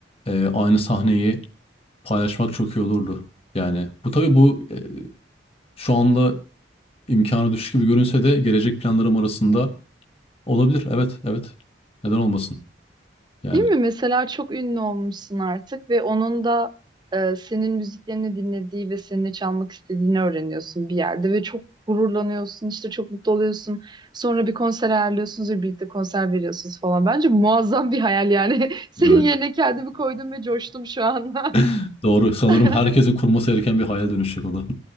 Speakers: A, on the left; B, on the right.
A: e, aynı sahneyi paylaşmak çok iyi olurdu. Yani bu tabii bu e, şu anda imkanı düşük gibi görünse de gelecek planlarım arasında olabilir. Evet, evet. Neden olmasın? Yani.
B: Değil mi? Mesela çok ünlü olmuşsun artık ve onun da e, senin müziklerini dinlediği ve seninle çalmak istediğini öğreniyorsun bir yerde ve çok gururlanıyorsun, işte çok mutlu oluyorsun. Sonra bir konser ayarlıyorsunuz ve birlikte konser veriyorsunuz falan. Bence muazzam bir hayal yani. <laughs> Senin
A: Evet.
B: yerine kendimi koydum ve coştum şu an.
A: <laughs> Doğru. Sanırım
B: <laughs>
A: herkesin kurması gereken bir hayal dönüşecek o da.